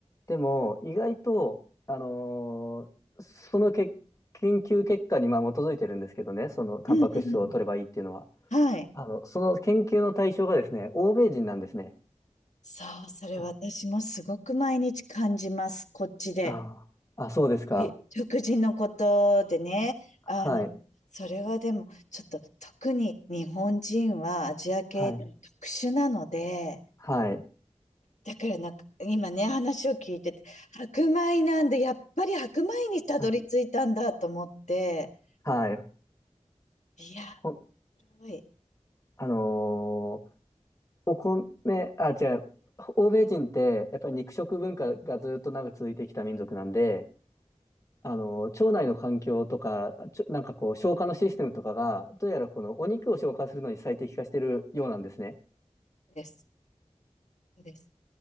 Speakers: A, on the left; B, on the left.
A: でも、意外と、あのーそのけ研究結果にまあ基づいてるんですけどね、そのタンパク質を取ればいいっていうのは、
B: うんうん。はい。
A: あの、その研究の対象がですね、欧米人なんですね。
B: そう、それ私もすごく毎日感じます、
A: あ、
B: こっちで。
A: ああ、そうですか。
B: え食事のことでね、
A: はい。
B: あの、それはでも、ちょっと特に日本人はアジア系でも特殊なので、
A: はい。はい。
B: だからなんか、今ね、話を聞いてて、白米なんで、やっぱり白米にたどり着いたんだと思って、
A: はい。はい
B: いや、
A: ほん、
B: すごい、
A: あのーお米、あ、違う。欧米人って、やっぱり肉食文化がずっと長く続いてきた民族なんで、あの、腸内の環境とか、ちょ、なんかこう、消化のシステムとかが、どうやらこのお肉を消化するのに最適化してるようなんですね。
B: そうです、そうです。